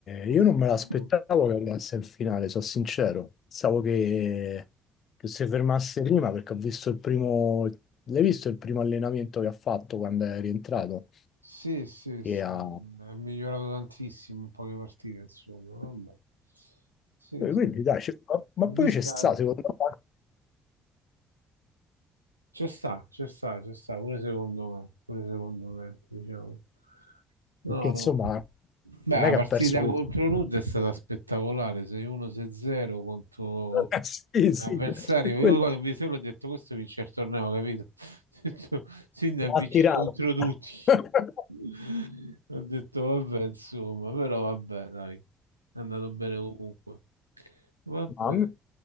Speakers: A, on the right; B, on the left.
A: Considerando...
B: io non me l'aspettavo che arrivasse in finale, sono sincero. Pensavo che, che si fermasse prima perché ho visto il primo. L'hai visto il primo allenamento che ha fatto quando è rientrato?
A: Sì, sì,
B: Che
A: sì,
B: ha
A: è migliorato tantissimo in poche partite, insomma. Vabbè. Sì,
B: Eh,
A: sì.
B: Quindi dai, c'è- ma, ma poi
A: Vista
B: c'è sta, secondo me,
A: Ci sta, ci sta, ci sta, pure secondo me, pure secondo me, diciamo. No,
B: perché insomma
A: no. Beh,
B: non
A: la
B: è che
A: partita
B: ha perso molto.
A: contro Nud è stata spettacolare, 6-1-6-0 contro
B: <laughs> Sì, sì,
A: un avversario.
B: quello
A: Io quando ho visto l'ho detto, questo vince il torneo, capito? <laughs> Ho detto, Sinner vince
B: ha tirato.
A: contro tutti.
B: <laughs>
A: <laughs> Ho detto, vabbè, insomma, però vabbè, dai, è andato bene comunque. Vabbè,
B: Ma A me,